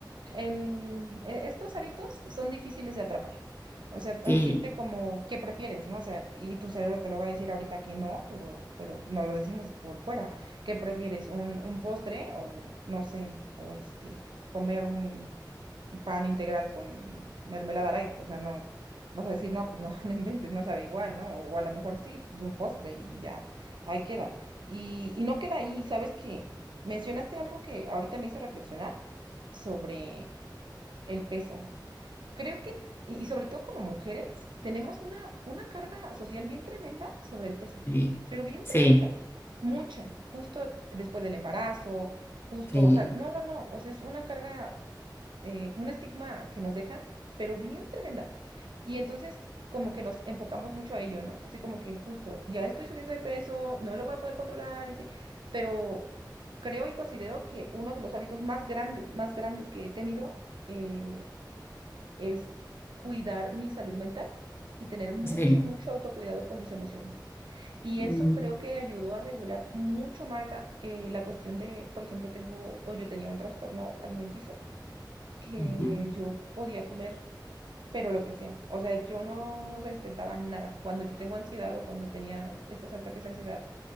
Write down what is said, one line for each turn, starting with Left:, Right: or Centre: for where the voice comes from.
Right: el, e- estos hábitos son difíciles de atrapar. O sea, tan
Left: Sí,
Right: simple como qué prefieres, ¿no? O sea, y tu cerebro te lo va a decir ahorita que no, pero, pero no lo decimos por fuera. ¿Qué prefieres? ¿Un, un postre o no sé, o este, comer un pan integral con mermelada light? O sea, no, vas a decir, no, pues no, <laughs> no inventes, no sabe igual, ¿no? O, a lo mejor sí, pues un postre y ya, ahí queda. Y, y no queda ahí, ¿sabes qué? Mencionaste algo que ahorita me hizo reflexionar sobre el peso. Creo que, y, y sobre todo como mujeres, tenemos una, una carga social bien tremenda sobre el peso,
Left: sí,
Right: pero bien
Left: sí,
Right: tremenda, mucha, justo después del embarazo, justo,
Left: sí,
Right: o sea, no, no, no, o sea, es una carga, eh, un estigma que nos dejan, pero bien tremenda. Y entonces como que nos enfocamos mucho a ello, ¿no? Así como que justo, ya estoy subiendo de peso, no lo voy a poder controlar, y así, pero creo y considero que uno de los hábitos más grandes, más grandes que he tenido eh, es cuidar mi salud mental y tener mucho,
Left: sí.
Right: mucho autocuidado con mis emociones. Y
Left: Mm,
Right: eso creo que ayudó a regular mucho, Marta, eh, la cuestión de, por ejemplo, tengo, o yo tenía un trastorno alimenticio, que
Left: ujú.
Right: yo podía comer pero lo que sea. O sea, yo no respetaba nada. Cuando yo tengo ansiedad o cuando tenía estos ataques de ansiedad,